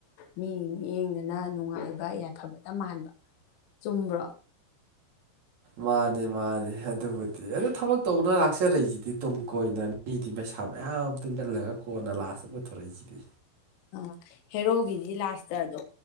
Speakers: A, on the left; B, on the right.
A: ꯃꯤ ꯃꯤꯠꯌꯦꯡꯗꯅ ꯅꯨꯡꯉꯥꯏꯕ ꯌꯥꯏꯐꯕꯇ ꯃꯥꯟꯕ ꯆꯨꯝꯕ꯭ꯔꯣ
B: ꯃꯥꯅꯦ ꯃꯥꯅꯦ ꯑꯗꯨꯕꯨꯗꯤ ꯑꯗꯨ ꯊꯕꯛ ꯇꯧꯕꯅ ꯂꯥꯛꯆꯔꯛꯏꯁꯤꯗꯤ ꯇꯨꯡ ꯀꯣꯏꯅ ꯃꯤꯗꯤ ꯄꯩꯁꯥ ꯃꯌꯥꯝ ꯇꯨꯡꯁꯤꯜꯂꯒ ꯀꯣꯟꯅ ꯂꯥꯁꯇ ꯄꯨꯊꯣꯔꯛꯏꯁꯤꯕꯤ
A: ꯑ ꯍꯦꯔꯣꯒꯤꯗꯤ ꯂꯥꯁꯇ ꯑꯗꯣ